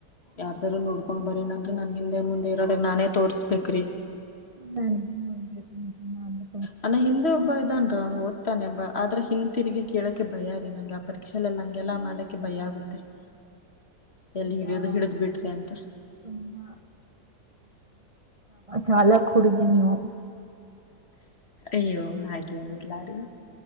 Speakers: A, on the left; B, on the right.
A: ಯಾರ್ದಾರೂ ನೋಡ್ಕೊಂಡ್ ಬರನಂದ್ರ ನಾನ್ ಹಿಂದೆ ಮುಂದೆ ಇರೋಾಗ ನಾನೇ ತೋರ್ಸ್ಬೇಕ್ರಿ
B: ನ ನ ನ ನ <inaudible>
A: ನನ್ನ ಹಿಂದೆ ಹಬ್ಬ ಇದನ್ರ ಅವ ಒ ಾನೆ ಬ ಆದ್ರೆ ಹಿಂತಿರುಗಿ ಕೇಳೋಕ್ಕೆೆ ಭಯ ರೀ ನಂಗೆ ಆ ಪರೀಕ್ಷೆಲ್ಲ ಹಂಗೆಲ್ಲಾ ಮಾಡಕ್ಕೆ ಭಯ ಆಗುತ್ತೆ <inaudible> ಎಲ್ಲಿ ಹಿಡಿಯೋದು
B: ಹಾ
A: ಹಿಡಿದ್ ಬಿಟ್ರಿ ಅಂತ
B: ತುಂಬಾ ಚಾಲಕ್ ಹುಡುಗಿ ನೀವು
A: ಅಯ್ಯೋ ಹಾಗೇನಡ್ಲಾರಿ